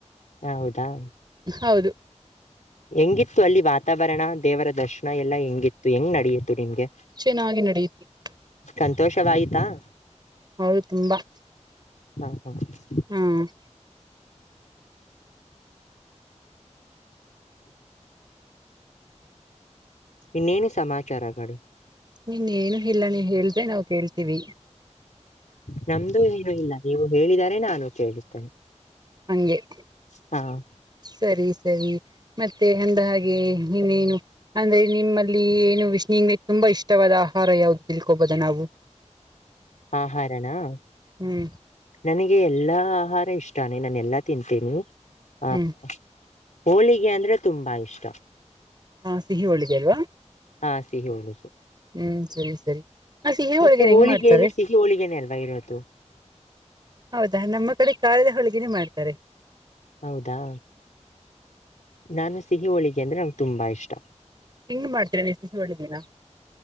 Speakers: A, on the left; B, on the right.
A: ಹ ಹೌದಾ? <inaudible>
B: ಹೌದು? <inaudible>
A: ಹೆಂಗಿತ್ತು ಅಲ್ಲಿ ವಾತಾವರಣ ದೇವರ ದರ್ಶನ ಎಲ್ಲಾ ಹೆಂಗಿತ್ತು ಹೆಂಗ್ ನಡೆಯತು ನಿಮ್ಗೆ. <inaudible>
B: ಚೆನ್ನಾಗಿ ನಡೆಯ <inaudible>
A: ಸಂತೋಷವಾಯ್ತಾ? <inaudible>
B: ಹೌದು ತುಂಬಾ? <inaudible>
A: ಹ ಹಾ <inaudible> <unintelligible>
B: ಹ <inaudible>
A: ಇನ್ನೇನು ಸಮಾಚಾರಗಳು? <inaudible>
B: ಇನ್ ಏನು ಹಿಲ್ಲ ನೀ ಹೇಳ್ದ್ರೆ ನಾವು ಕೇಳ್ತೀವಿ. <inaudible>
A: ನಮ್ದು ಏನು ಇಲ್ಲ ನೀವು ಹೇಳಿದರೆ ನಾನು ಕೇಳುತ್ತೇನೆ. <inaudible>
B: ಹಂಗೆ? <inaudible>
A: ಹಾ <inaudible>
B: ಸರಿ ಸರಿ ಮತ್ತೆ ಹಂದ ಹಾಗೆ ನೀವ್ ಏನು? <inaudible> ಅಂದ್ರೆ ನಿಮ್ಮಲ್ಲಿ ಏನು ವಿಷ್ಣು ನಿಮಗ ತುಂಬಾ ಇಷ್ಟವಾದ ಆಹಾರ ಯಾವ್ದು ತಿಳ್ಕೋಬೋದ ನಾವು? <inaudible>
A: ಆಹಾರ ನಾ?
B: ಹ್ಮ್
A: <inaudible> ನನಗೆ ಎಲ್ಲಾ ಆಹಾರ ಇಷ್ಟಾನೆ ನಾನ ಎಲ್ಲಾ ತಿಂತೀನಿ ಹಾ
B: ಹ್ಮ್
A: <inaudible> ಹೋಳಿಗೆ ಅಂದ್ರೆ ತುಂಬಾ ಇಷ್ಟ. <inaudible>
B: ಹಾ ಸಿಹಿ ಒಳ್ಳಿದೆ ಅಲ್ವಾ? <inaudible>
A: ಹಾ ಸಿಹಿ ಉಳ್ಳ
B: ಹ್ಮ್ ಸರಿ ಸರಿ ಆ ಸಿಹಿ
A: ಮತ್ತೆ
B: ಹೋಳಿಗೆನ
A: ಹೋಳಿಗೆಯಲ್ಲಿ
B: ಹೆಂಗ್ ಮಾಡ್ತಾರೆ
A: ಸಿಹಿ ಹೋಳಿಗೆನ ಅಲ್ವ ಇರೋದು
B: ಹೌದಾ ನಮ್ಮ ಕಡೆ ಕಾರದ ಹೋಳಗಿನೇ ಮಾಡ್ತಾರೆ
A: ಹೌದಾ ನಾನು ಸಿಹಿ ಹೋಳಿಗೆ ಅಂದ್ರೆ ನಂಗೆ ತುಂಬಾ ಇಷ್ಟ
B: ಹಂಗ್ ಮಾಡ್ತರ ಸಿಹಿ ಹೋಳಿಗೆನ